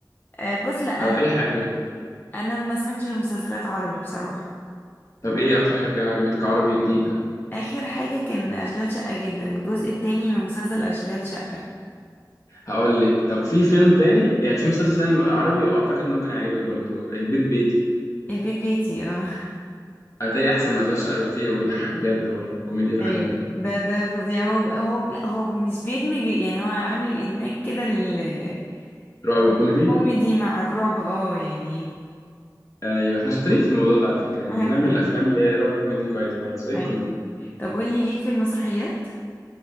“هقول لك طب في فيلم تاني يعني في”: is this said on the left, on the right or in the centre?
Left